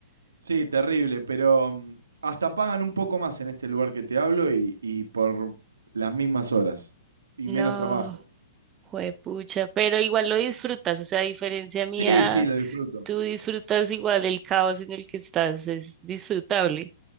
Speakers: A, on the right (about 85°); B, on the right (about 25°).
A: Sí, terrible, pero mm, hasta pagan un poco más en este lugar que te hablo y, y por las mismas horas y
B: No.
A: menos trabajo.
B: Juepucha, pero igual lo disfrutas, o sea, a diferencia mía,
A: Sí, sí, lo disfruto.
B: tú disfrutas igual el caos en el que estás, es disfrutable,